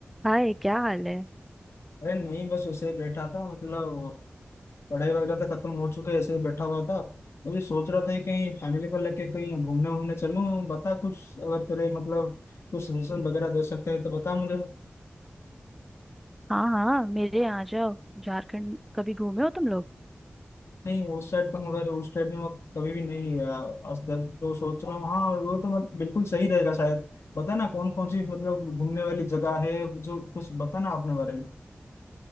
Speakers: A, in the centre; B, on the left.
A: हाय क्या हाल है
B: अरे नहीं बस ऐसे ही बैठा था मतलब पढ़ाई वगैरह तो खत्म हो चुके ऐसे ही बैठा हुआ था अभी सोच रहा था कि कहीं फैमिली को लेके कहीं घूमने वूमने चलूं बता कुछ अगर तेरे मतलब कुछ सजेशन वगैरह दे सकते हैं तो बता मुझे
A: हाँ हाँ मेरे यहाँ आ जाओ झारखंड कभी घूमे हो तुम लोग
B: नहीं उस साइड तो मगर उस साइड में मैं कभी भी नहीं गया आज तक तो सोच रहा हूँ हाँ और वो तो मत बिल्कुल सही रहेगा शायद बता ना कौन कौन सी मतलब घूमने वाली जगह है जो कुछ बता ना अपने बारे में